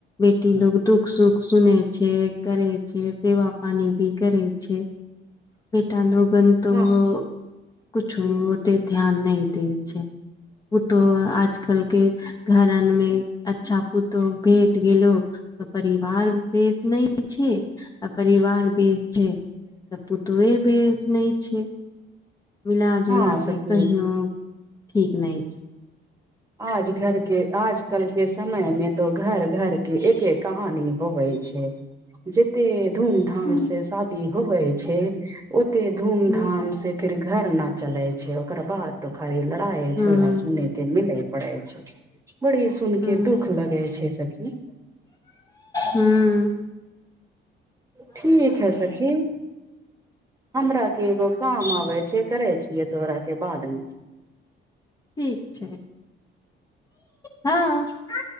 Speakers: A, on the left (about 20°); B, on the right (about 15°).
A: बेटी लोक दुःख सुख सुनै छै करै छै सेवा पानी भी करै छै बेटा लोगन तऽ
B: हँ
A: कुछो ओते ध्यान नहि दै छै ओ तऽ आजकलके घरन मे अच्छा पूतोह भेट गेलो त परिवार बेस नहि छै आ परिवार बेस छै तऽ पुतोहे बेस नहि छै मिलााजुला
B: हँ सखी
A: कऽ कहिो ठीक नहि छै
B: आज घर के आज कल के समय में तो घर घर के एके कहानी होवे छै जते धूम धाम
A: हूँ
B: से शादी होबै छै ओते धूम
A: हूँ
B: धाम से फिर घर न चले छै ओकर बाद तो खाली लड़ाई
A: हूँ
B: झगड़ा सुने के मिले पड़ै छै बड़ी सुन
A: हूँ
B: के दुःख लगे छै सखी
A: हुँ
B: ठीक है सखी हमरा के एगो काम आबे छै करे छियै तोहरा के बाद मे
A: ठीक छै हँ